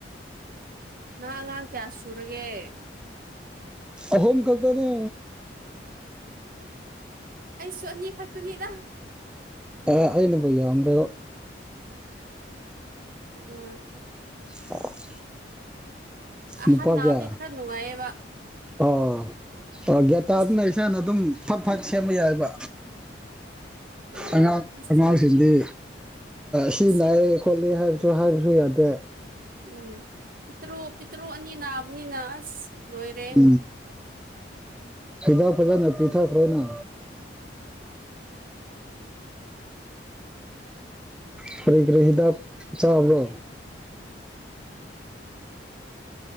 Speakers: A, on the right; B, in the centre.
A: ꯅ ꯑꯉꯥꯡ ꯀꯌꯥ ꯁꯨꯔꯒꯦ
B: ꯑꯍꯣꯝ ꯈꯗꯅꯦ
A: ꯑꯩꯁꯨ ꯑꯅꯤ ꯈꯛꯇꯅꯤꯅ
B: ꯑꯦ ꯑꯩꯅꯕꯨ ꯌꯥꯝꯈ꯭ꯔꯦꯕꯣ
A: ꯎꯝ
B: <inaudible>
A: ꯑꯍꯥ
B: ꯅꯨꯄꯥ
A: ꯅꯅꯥ
B: ꯀꯌꯥ
A: ꯗꯈꯔ ꯅꯅꯨꯡꯉꯌꯦ ꯋꯥ
B: ꯑꯣ ꯑꯣ ꯒ꯭ꯌꯥꯇꯥꯗꯨꯅ
A: ꯑꯁ
B: ꯏꯁꯥꯅ ꯑꯗꯨꯝ ꯐꯠ ꯐꯠ ꯁꯦꯝꯕ ꯌꯥꯏꯑꯕ
A: ꯑ
B: ꯑꯉꯥꯡ
A: ꯑꯁ
B: ꯑꯉꯥꯡꯁꯤꯡꯗꯤ ꯁꯤ
A: ꯑꯁꯤ
B: ꯅꯥꯏꯌꯦ ꯈꯣꯠꯂꯤ ꯍꯥꯏꯕꯁꯨ ꯍꯥꯏꯕꯁꯨ ꯌꯥꯗꯦ
A: ꯎꯝ ꯄꯤꯇꯔꯨ ꯄꯤꯇꯔꯨ ꯑꯅꯤ ꯅꯥꯕꯅꯤꯅ ꯑꯁ ꯂꯣꯏꯔꯦ
B: ꯎꯝ ꯍꯤꯗꯥꯛ ꯐꯖꯅ ꯄꯤꯊꯈ꯭ꯔꯣꯅ ꯀꯔ ꯀꯔꯔꯤ ꯍꯤꯗꯞ ꯆꯥꯕ꯭ꯔꯣ